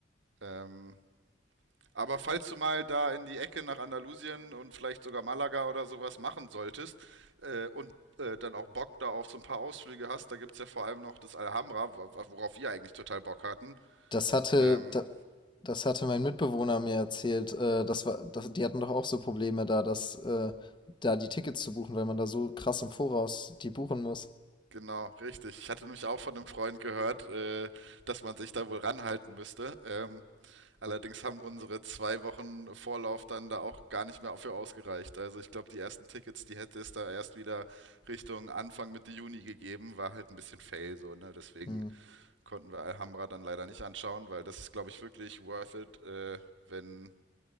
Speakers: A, on the right (about 80°); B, on the left (about 25°).
A: Ähm, aber falls du mal da in die Ecke nach Andalusien und vielleicht sogar Malaga oder sowas machen solltest äh, und äh, dann auch Bock da auf so ein paar Ausflüge hast, da gibt es ja vor allem noch das Alhambra, wo- worauf wir eigentlich total Bock hatten.
B: Das hatte,
A: Ähm,
B: da, das hatte mein Mitbewohner mir erzählt. Äh, das war, das, die hatten doch auch so Probleme da, dass, äh, da die Tickets zu buchen, weil man da so krass im Voraus die buchen muss.
A: Genau, richtig. Ich hatte nämlich auch von einem Freund gehört, äh, dass man sich da wohl ranhalten müsste. Ähm, allerdings haben unsere zwei Wochen Vorlauf dann da auch gar nicht mehr für ausgereicht. Also ich glaube, die ersten Tickets, die hätte es da erst wieder Richtung Anfang Mitte Juni gegeben, war halt ein bisschen fail so, ne? Deswegen
B: Hm.
A: konnten wir Alhambra dann leider nicht anschauen, weil das ist, glaube ich, wirklich worth it, äh, wenn,